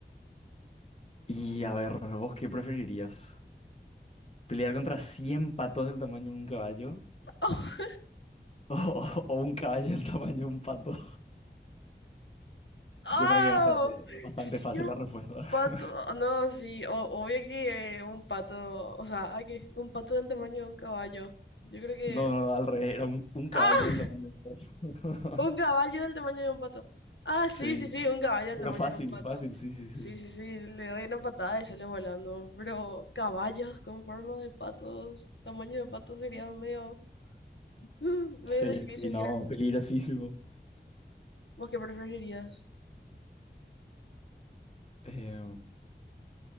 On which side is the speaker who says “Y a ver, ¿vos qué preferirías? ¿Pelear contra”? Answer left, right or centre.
Left